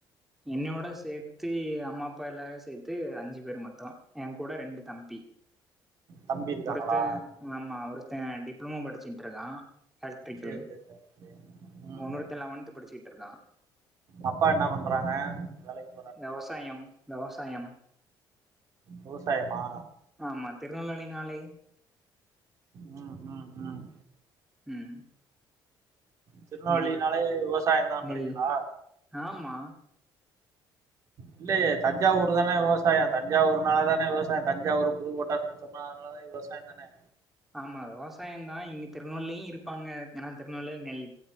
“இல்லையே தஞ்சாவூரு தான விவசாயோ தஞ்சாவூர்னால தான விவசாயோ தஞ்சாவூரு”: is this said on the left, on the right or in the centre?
Right